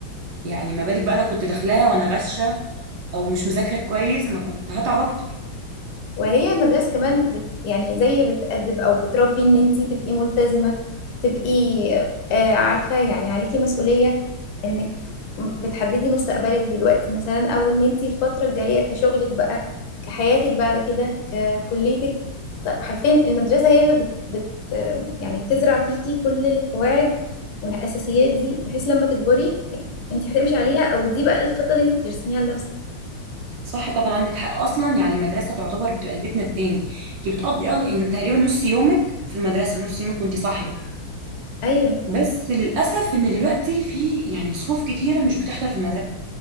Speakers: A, on the right; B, on the left.
A: يعني ما بالك بقى لو كنت داخلاها وانا غشه او مش مذاكره كويس ما كنت هتعب اكتر
B: وهي المدرسة كمان بت يعني زي بتأدب أو بتربي إن أنتي تبقي ملتزمة تبقي آه عارفة يعني عليكي مسؤولية إنك م- بتحددي مستقبلك دلوقتي مثلا أو إن أنتي الفترة الجاية كشغلك بقى كحياتك بعد كده ككليتك ط- حرفيا المدرسة هي اللي بت, بت آه، يعني بتزرع فيكي كل القواعد والأساسيات دي بحيث لما تكبري يعني أنتي هتمشي عليها أو دي بقى الخطة اللي أنتي بترسميها لنفسك
A: صح طبعا عندك حق اصلا يعني المدرسه تعتبر بتبقى بيتنا التاني انت بتقضي أغ... إن تقريبا نص يومك في المدرسه نص يومك وانت صاحيه
B: أيوه
A: بس للاسف ان دلوقتي في يعني صفوف كتيره مش بتحضر في